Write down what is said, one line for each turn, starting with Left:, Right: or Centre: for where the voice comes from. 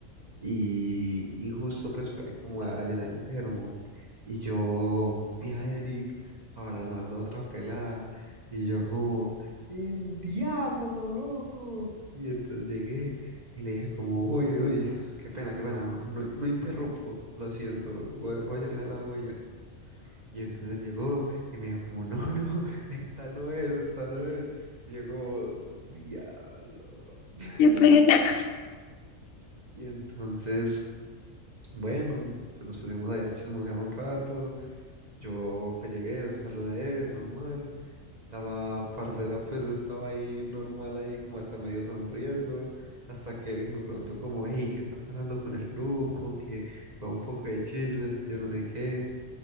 Right: Y, y justo pues paré como a llenar el termo. Y yo vi a Eric abrazando a otra pelada. Y yo como, el diablo, loco. Y entonces llegué y le dije como, uy, uy, qué pena, qué pena. No, no no interrumpo, lo siento. Voy, voy a llenar el agua y ya. Y entonces él llegó y me dijo como, no, no, <laughs> esta no es, esta no es. Y yo como, diablo. <laughs>
Left: Qué pena. <laughs>
Right: Y entonces... Bueno, pues nos pusimos allá a chismosear un rato. Yo pues llegué, saludé, normal. La parcera pues estaba ahí normal, ahí como hasta medio sonriendo. Hasta que Eric me preguntó como, hey, ¿qué está pasando con el grupo? Que va un poco de chismes, que yo no sé qué.